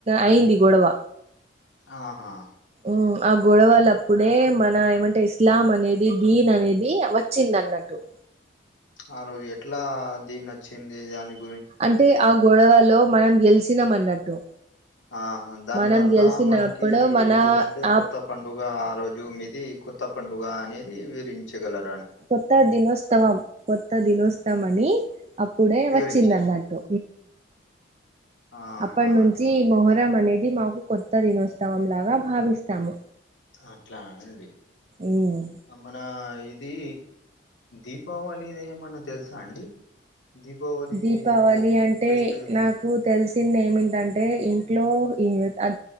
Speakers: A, on the right; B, on the left.
A: అయింది గొడవ
B: ఆహా
A: ఉ ఆ గొడవల అప్పుడే మన ఏమంటే ఇస్లాం అనేది దీన్ అనేది వచ్చింది నన్నట్టు
B: ఆ రోజు ఎట్లా దీన్ని నచ్చింది దానికి
A: అంటే ఆ గొడవలో మనం గెలిచినాం అన్నట్టు
B: ఆ దాని
A: మనం
B: వల్ల
A: గెలిచినప్పుడు
B: మనకి
A: మన
B: ఏంటంటే
A: ఆ
B: కొత్త పండుగ ఆ రోజు మీ ఇది కొత్త పండుగ అనేది విరించగలరు
A: కొత్త దినోత్సవం కొత్త దినోత్సవాని అప్పుడే
B: వివరించిండ్రు
A: వచ్చింది అన్నట్టు
B: ఆహా
A: అప్పటి నుంచి
B: అట్లా
A: మొహరం అనేది మాకు కొత్త దినోత్సవం లాగా భావిస్తాము
B: అట్లానేనండి
A: ఉమ్
B: మన ఇ ఇది దీపావళిద ఏమన్నా తెలుసా అండి దీపావళిలా
A: దీపావళి అంటే
B: ఫెస్టివల్ది
A: నాకు తెలుసు తిన్న ఏమింటంటే ఇంట్లో ఈ అ